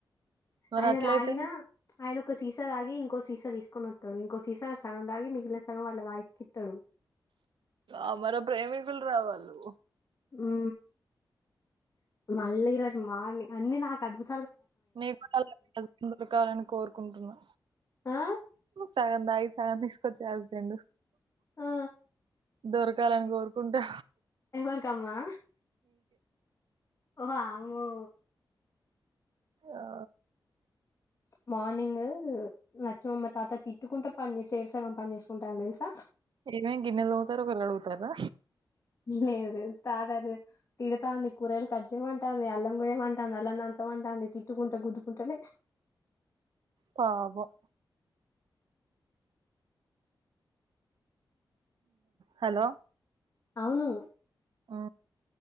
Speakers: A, on the right; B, on the left.
A: మరి
B: అయన
A: అట్లయితేనే
B: తగిన ఆయన ఒక సీసా తాగి ఇంకో సీస తీసుకొస్తాడు ఇంకో సీస సగం తాగి మిగిలిన సగం వాళ్ళ వైఫ్ కి ఇస్తాడు
A: అమర ప్రేమికులురా వాలు
B: ఉ మల్లి ఈరోజు మార్నింగ్ అన్ని నాకు అద్భుతలు
A: నీను కూడ అలాంటి హస్బెండ్ దొరకాలని కోరుకుంటున్నా
B: ఆ
A: సగం తాగి సగం తీసుకొచ్చి హస్బెండ్
B: ఆ
A: దొరకాలని కోరుకుంటా
B: ఎవరీకమ్మా వామ్మో
A: ఆ
B: మార్నింగ్ లచ్చమమ్మ తాత తిట్టుకుంటే పని చేరి సగం పని చేసుకుంటారు తెలుసా
A: ఏమైంది గిన్నెలు తోముతారు ఒకరు కడుగుతారు
B: లేదు తాతను తిడుతంది కూరయలు కజ్జేయమంటది అల్లం గయమంటది అల్లం దంచంమంటది తిట్టుకుంటూ కుద్దుకుంటనే
A: పాపం హలో
B: అవును
A: ఆ